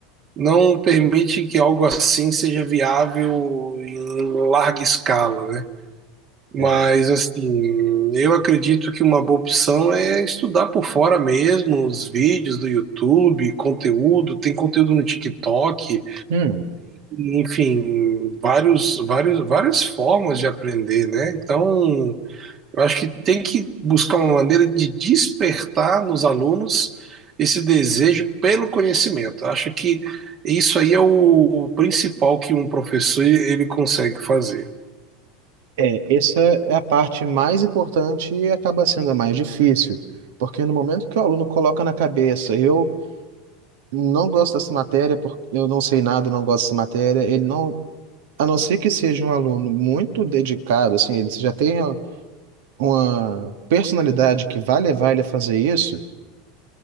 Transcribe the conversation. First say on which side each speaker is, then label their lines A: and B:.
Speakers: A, on the right; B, on the right.
A: não permite que algo assim seja viável em larga escala, né? Mas,
B: É.
A: assim, eu acredito que uma boa opção é estudar por fora mesmo, os vídeos do YouTube, conteúdo, tem conteúdo no TikTok,
B: Hum,
A: enfim, vários, vários, várias formas de aprender, né? Então, eu acho que tem que buscar uma maneira de despertar nos alunos esse desejo pelo conhecimento. Eu acho que isso aí é o principal que um professor ele consegue fazer.
B: é, essa é a parte mais importante e acaba sendo a mais difícil, porque no momento que o aluno coloca na cabeça, eu não gosto dessa matéria, porque eu não sei nada, não gosto dessa matéria, ele não, a não ser que seja um aluno muito dedicado, assim, ele já tenha uma personalidade que vai levar ele a fazer isso,